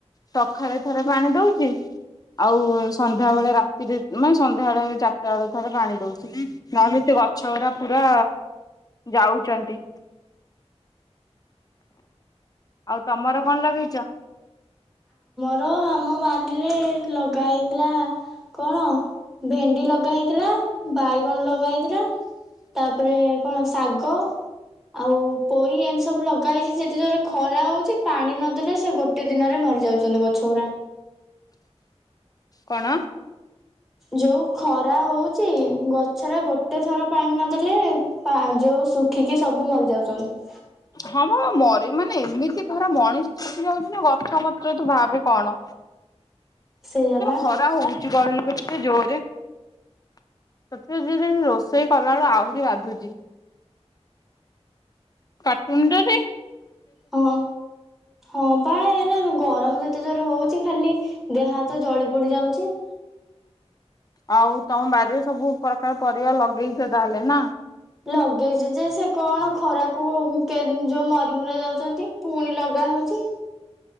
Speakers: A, on the left; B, in the centre.
A: ସକାଳେ ଥରେ ପାଣି ଦଉଛି ଆଉ ସନ୍ଧ୍ୟା ବେଳେ ରାତିରେ ମାନେ ସନ୍ଧ୍ୟାବେଳେ ଚାରିଟା ବେଳେ ଥରେ ପାଣି ଦଉଛି ନହେଲେ ସେ ଗଛ ଗୁଡା ପୁରା ଯାଉଛନ୍ତି। ଆଉ। ତମର କଣ ଲଗେଇଛ?
B: ଆର ଆମ ବାଡ଼ିରେ ଲଗା ହେଇଥିଲା କଣ ଭେଣ୍ଡି ଲଗା ହେଇଥିଲା ବାଇଗଣ ଲଗା ହେଇଥିଲା ତାପରେ କଣ ଶାଗ ଆଉ ପୋଇ ଏମିତି ସବୁ ଲଗା ହେଇଛି ଯେତେ ଜୋରେ ଖରା ହଉଛି ପାଣି ନଦେଲେ ସେ ଗୋଟେ ଦିନ ଦିନରେ ମରି ଯାଉଛନ୍ତି ଗଛ ଗୁରା।
A: କଣ?
B: ଯୋଉ ଖରା ହଉଛି ଗଛରେ ଗୋଟେ ଥର ପାଣି ନଦେଲେ ଯୋଉ ଶୁଖିକି ସବୁ ମରିଯାଉଛନ୍ତି।
A: ହଁ ମରି ମାନେ ଏମିତି ଖରା ମଣିଷ ଶୁଖିଯାଉଛି ନା ଗଛପତ୍ର ତୁ ଭାବେ କଣ।
B: ସେଇଆ ବା
A: ଖରା ହଉଚି କହିଲୁ? ଗୋଟେ ଜୋରେ ସେଥି ଯ ରୋଷେଇ କଲାବେଳୁ ଆହୁରି ବାଧୁଛି କାଟୁନି ତତେ?
B: ହଁ ହଁ ପା ଏ ଗରମ ଯେତେ ଜୋର ହଉଛି ଖାଲି ଦେହ ହାତ ଜଳି ପଡି ଯାଉଛି।
A: ଆଉ ତମ ବାରିରେ ସବୁ ପ୍ରକାର ପରିବା ଲଗେଇଛ ତାହେଲେ ନା?
B: ଲଗେଇଛି ଯେ ସେ କଣ ଖରାକୁ ଯୋଉ ମରିମରା ଯାଉଛନ୍ତି ପୁଣି ଲଗା ହଉଛି।